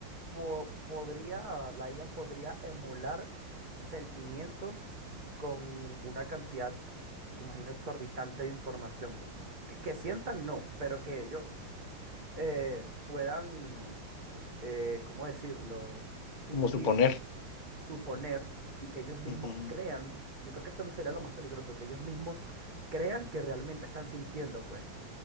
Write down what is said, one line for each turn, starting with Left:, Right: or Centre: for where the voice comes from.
Right: po- podría, la IA podría emular sentimientos con una cantidad, imagino, exorbitante de información, pues. Que, que sientan, no, pero que ellos eh, puedan, eh, ¿cómo decirlo? Fingir
Left: como suponer.
Right: suponer y que ellos mismos
Left: Ujú.
Right: crean, yo creo que eso lo sería lo más peligroso, que ellos mismos crean que realmente están sintiendo, pues.